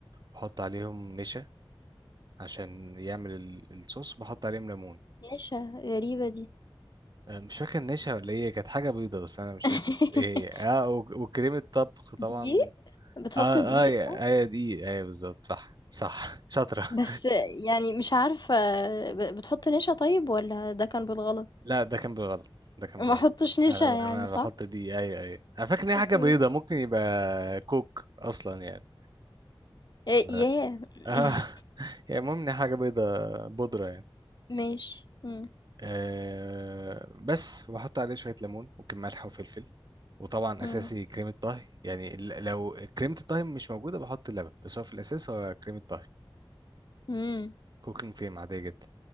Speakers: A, on the right; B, on the left.
A: بحط عليهم نشا عشان يعمل ال- الصوص بحط عليهم ليمون
B: نشا غريبة دي
A: آه، مش فاكر نشا ولا ايه كانت حاجة بيضة بس انا مش
B: <laughs>
A: فاكر ايه هي. اه وك- وكريمة طبخ طبعا
B: دقيق؟ بتحط
A: اه
B: دقيق
A: اه يا-
B: صح؟
A: ايوه دي ايوه بالظبط صح صح <laughs> شاطرة
B: بس يعني مش عارفة ب بتحط نشا طيب والّا ده كان بالغلط؟
A: لا ده كان بالغلط ده كان بالغلط
B: ما احطش نشا
A: انا
B: يعني
A: انا
B: صح؟
A: بحط دي ايوه ايوه انا فاكر ان هي
B: أوكي.
A: حاجة بيضة ممكن يبقى كوك اصلا يعني
B: آآ
A: ف...
B: ياه! <laughs>
A: اه <laughs> يعني المهم ان هي حاجة بيضة بودرة يعني
B: ماشي. إمم،
A: آه بس وبحط عليه شوية ليمون ممكن ملح وفلفل وطبعا
B: إمم،
A: أساسي كريمة طهي يعني ال- لو كريمة الطهي مش موجودة بحط اللبن بس هو في الأساس هو كريمة طهي
B: إمم.
A: كوكينج كريم عادية جدا